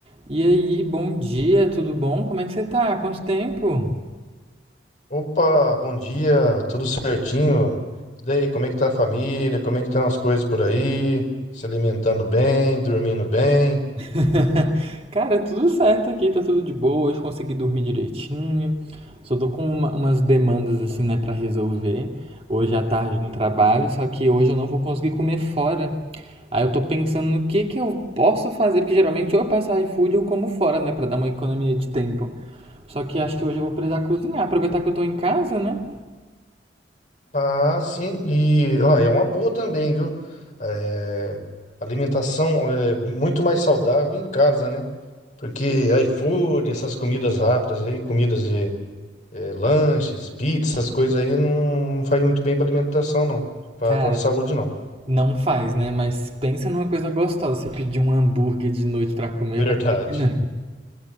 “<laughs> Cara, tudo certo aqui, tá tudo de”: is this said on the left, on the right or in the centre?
Right